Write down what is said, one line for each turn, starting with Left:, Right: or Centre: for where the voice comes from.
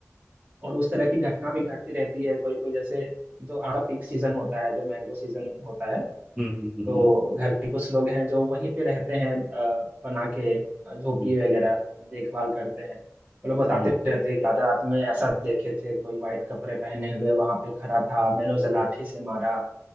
Right: और उस तरह की घटना भी घटती रहती है कोई कोई जैसे जो आम का पीक सीजन होता है जो मैंगो सीजन होता है
Centre: हम्म हम्म हम्म
Right: तो घर के कुछ लोग हैं जो वहीं पे रहते हैं अ, बना के अ, झोपड़ी
Centre: हम्म
Right: वगैरह देखभाल करते हैं वो लोग बताते
Centre: हम्म
Right: रहते हैं कि आज रात में ऐसा देखे थे कोई वाइट कपड़े पहने हुए वहां पे खड़ा था मैंने उसे लाठी से मारा